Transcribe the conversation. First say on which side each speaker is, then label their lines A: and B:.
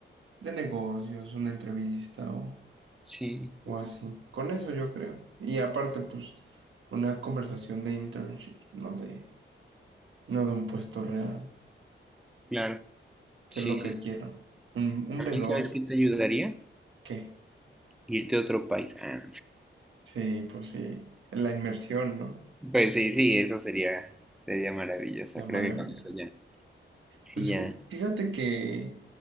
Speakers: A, on the right (about 75°); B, in the centre.
A: de negocios, una entrevista o,
B: Sí,
A: o
B: sí,
A: así.
B: sí.
A: Con eso yo creo. Y aparte, pues, una conversación de internship, no de, no de un puesto real.
B: Claro.
A: ¿Qué
B: Sí,
A: es lo
B: sí,
A: que
B: sí.
A: quiero? ¿Un, un
B: A
A: B2?
B: mí, ¿sabes qué
A: dos
B: te ayudaría?
A: qué
B: Irte a otro país. Ah,
A: Sí, pues sí. La inmersión, ¿no?
B: pues sí, sí, eso sería, sería maravilloso.
A: La maravilla.
B: Creo que con eso ya, sí,
A: Pues
B: ya,
A: ju- fíjate que,